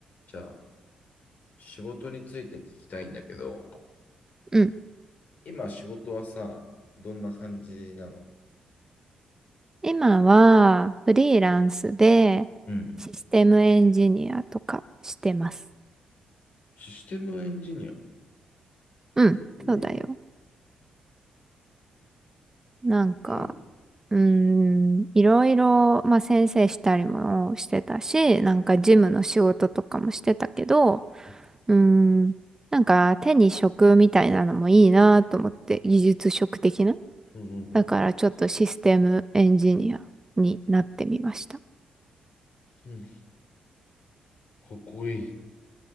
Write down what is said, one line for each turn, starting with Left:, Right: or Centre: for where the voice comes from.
Left: じゃあ、仕事について聞きたいんだけど、
Right: うん。
Left: 今仕事はさ、どんな感じなの
Right: 今はフリーランスで
Left: うん。
Right: システムエンジニアとかしてます。
Left: システムエンジニア。
Right: うん。
Left: えー、
Right: そうだよ。なんか、
Left: うん。
Right: うーん、いろいろ、まあ先生したりもしてたし、なんか事務の仕事とかもしてたけど、
Left: うん
Right: うーん、なんか手に職みたいなのもいいなと思って、技術職的な。
Left: うんうんうん
Right: だからちょっとシステムエンジニアになってみました。
Left: うんうんかっこいい。